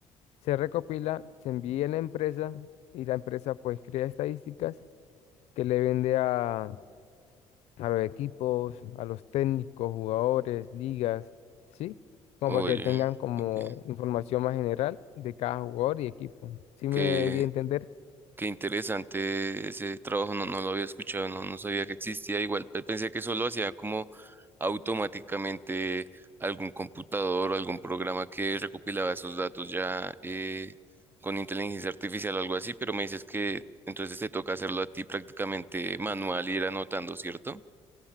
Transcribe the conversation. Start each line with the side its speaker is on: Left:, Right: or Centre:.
Left: se recopila, se envía a la empresa y la empresa pues crea estadísticas que le vende a, a los equipos, a los técnicos, jugadores, ligas, ¿sí? Como
Right: Oye,
Left: para que tengan como
Right: ok.
Left: información más general de cada jugador y equipo. ¿Sí
Right: Qué,
Left: me di a entender?
Right: qué interesante ese trabajo, no, no lo había escuchado, no, no sabía que existía. Igual pe- pensé que solo hacía como automáticamente algún computador o algún programa que recopilaba esos datos ya eh, con inteligencia artificial o algo así, pero me dices que entonces te toca hacerlo a ti prácticamente manual, ir anotando, ¿cierto?